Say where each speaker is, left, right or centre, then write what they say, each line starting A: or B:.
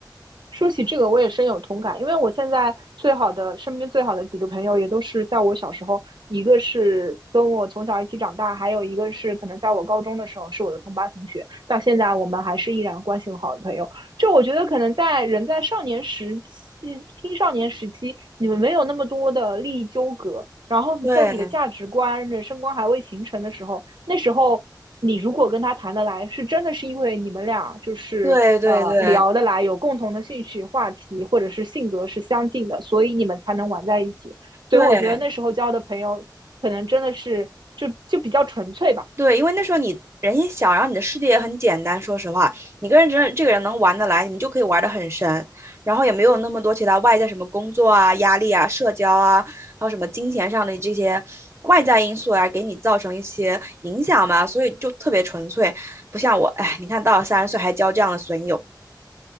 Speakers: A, on the right; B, on the right.
A: 说起这个，我也深有同感，因为我现在最好的身边最好的几个朋友，也都是在我小时候，一个是跟我从小一起长大，还有一个是可能在我高中的时候是我的同班同学，到现在我们还是依然关系很好的朋友。就我觉得，可能在人在少年时期、青少年时期，你们没有那么多的利益纠葛，然后你在你的价值观、
B: 对
A: 人生观还未形成的时候，那时候你如果跟他谈得来，是真的是因为你们俩就是呃聊得来，
B: 对对对
A: 有共同的兴趣话题，或者是性格是相近的，所以你们才能玩在一起。所以我觉得那时候交的朋友，
B: 对。
A: 可能真的是就就比较纯粹吧。
B: 对，因为那时候你人也小，然后你的世界也很简单。说实话，你跟人这这个人能玩得来，你们就可以玩得很深，然后也没有那么多其他外在什么工作啊、压力啊、社交啊，还有什么金钱上的这些外在因素啊，给你造成一些影响吧。所以就特别纯粹，不像我，哎，你看到了三十岁还交这样的损友，